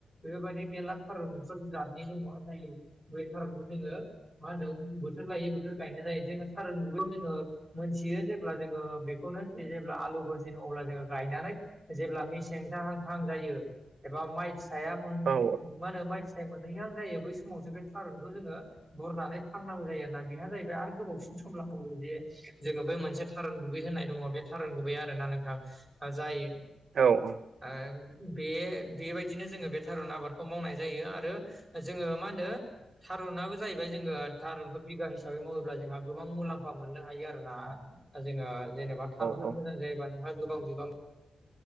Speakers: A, in the centre; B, on the right.
A: बेफोरबायदि मेरला थारुनफोर जादनि दङ जाय बै थारुनखौ जोङो मा होनदों बोथोर लायै बोथोर गायनाय जायो जोङो थारुन गुबैयाव जोङो मोनथियो जेब्ला जोङो बेखौनो जि जेब्ला आलुफोर जेन अब्ला जोङो गायनानै जेब्ला मेसें जाहां हां जायो एबा माइसाया मा
B: औ
A: होनो माइसा फिथाइ मोनहैहां जायो बै समावसो बे थारुनखौ जोङो बुरनानै फाननांगौ जायो आरोना बेहा जाहैबाय आरो गोबावसिन सम लांबावो जे जोङो बै मोनसे थारुन गुबै होननाय दङ बे थारुन गुबै आरो ना नोंथां जाय
B: औ औ
A: आ बे बेबायदिनो जोङो बे थारुन आबादखौ मावनाय जायो आरो जोङो मा होनो थारुनाबो जाहैबाय जोङो थारुनखौ बिगा हिसाबै मावोब्ला जोंहा गोबां मुलाम्फा मोननो हायो आरो ना जोङो जेनेबा थारुना
B: औ
A: मोजां जायोबा नोंहा गोबां बिबां